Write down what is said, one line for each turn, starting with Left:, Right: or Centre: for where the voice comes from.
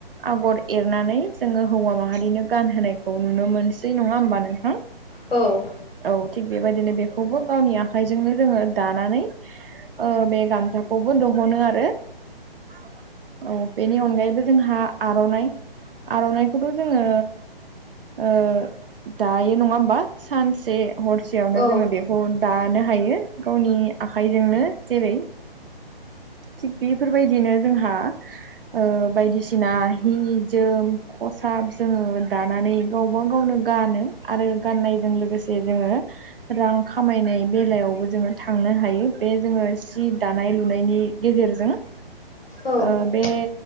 Right: आगर एरनानै जोङो हौवा माहारिनो गानहोनायखौ नुनो मोनसै नङा होनोमबा नोंथां?
Left: औ
Right: औ थिग बेबायदिनो बेखौबो गावनि आखाइजोंनो जोङो दानानै ओ बे गामसााखौबो दह'नो आरो। औ बेनि अनगायैबो जोंहा आर'नाइ आर'नाइखौथ' जोङो ओ दायो नङा होमबा सानसे हरसेयावनो
Left: औ
Right: जोङो बेखौ दानो हायो गावनि आखाइजोंनो जेरै थिग बेफोरबायदिनो जोंहा ओ बायदिसिना हि जोम ख साब जोङो दानानै गावबा गावनो गानो आरो गाननायजों लोगोसे जोङो रां खामायनाय बेलायावबो जोङो थांनो हायो बे जोङो सि दानाय लुनायन‌ि गेजेरजों ओ
Left: औ
Right: बे